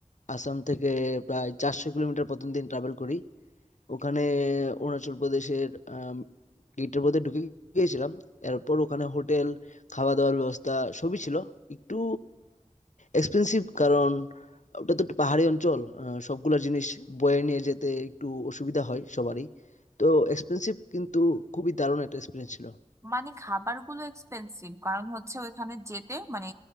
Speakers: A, on the left; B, on the right.
A: আসাম থেকে প্রায় চারশো কিলোমিটার প্রথম দিন ট্রাভেল করি ওখানে অরুণাচল প্রদেশের গেটের মধ্যে ঢুকে গিয়েছিলাম এরপর ওখানে হোটেল খাওয়া দাওয়ার ব্যবস্থা সবই ছিল একটু এক্সপেন্সিভ কারণ ওটা তো একটু পাহাড়ি অঞ্চল আহ, সবগুলা জিনিস বয়ে নিয়ে যেতে একটু অসুবিধা হয় সবারই তো এক্সপেন্সিভ কিন্তু খুবই দারুণ একটা এক্সপিরিয়েন্স ছিল
B: মানে খাবারগুলো এক্সপেন্সিভ কারণ হচ্ছে ওইখানে যেতে মানে